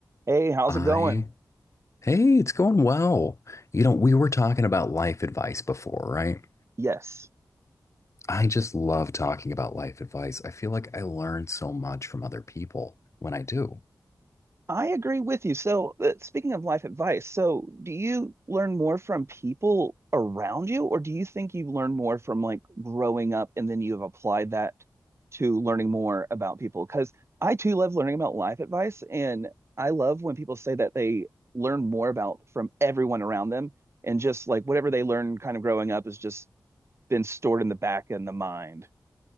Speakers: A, on the right; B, on the left.
A: Hey, how's
B: I,
A: it going?
B: hey, it's going well. You know, we were talking about life advice before, right?
A: Yes,
B: I just love talking about life advice. I feel like I learn so much from other people when I do.
A: I agree with you. So, uh, speaking of life advice, so do you learn more from people around you, or do you think you learn more from like growing up and then you've applied that to learning more about people? Because I too love learning about life advice, and I love when people say that they learn more about from everyone around them, and just like whatever they learn kind of growing up has just been stored in the back in the mind.